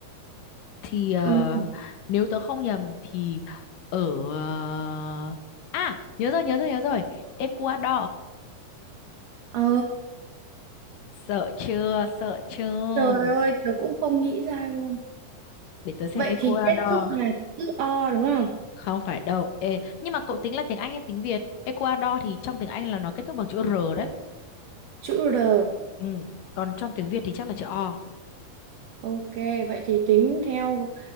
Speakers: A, on the left (about 70°); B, on the right (about 70°).
A: Thì ờ,
B: Ừ.
A: nếu tớ không nhầm thì ở ờ, à nhớ rồi nhớ rồi nhớ rồi Ecuador
B: Ồ,
A: Sợ chưa, sợ chưa.
B: trời ơi, tớ cũng không nghĩ ra luôn.
A: Để tớ xem
B: Vậy
A: Ecuador.
B: thì kết thúc là chữ O đúng không?
A: Không phải đâu. Ê, nhưng mà cậu tính là tiếng Anh hay tiếng Việt? Ecuador thì trong tiếng Anh là nó kết thúc bằng chữ R đấy.
B: Chữ R.
A: Ừ. Còn trong tiếng Việt thì chắc là chữ O.
B: Ok, vậy thì tính theo